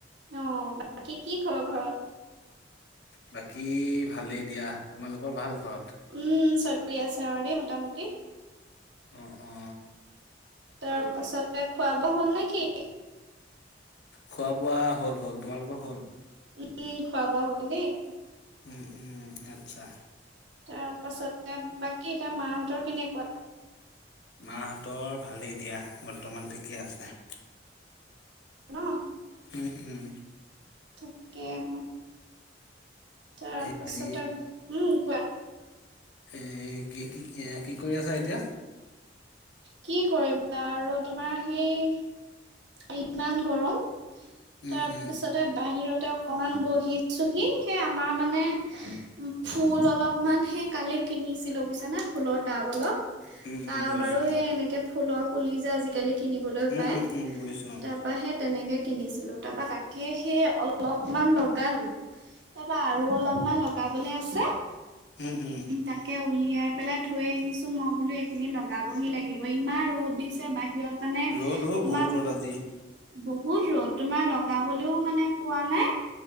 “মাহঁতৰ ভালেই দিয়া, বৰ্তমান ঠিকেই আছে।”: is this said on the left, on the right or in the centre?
Left